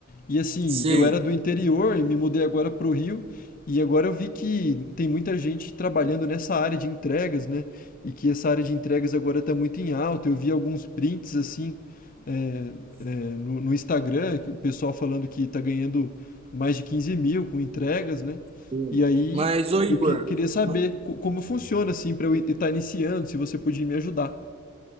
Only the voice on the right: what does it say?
sei.
Sim.
Mas, ô Igor,
n-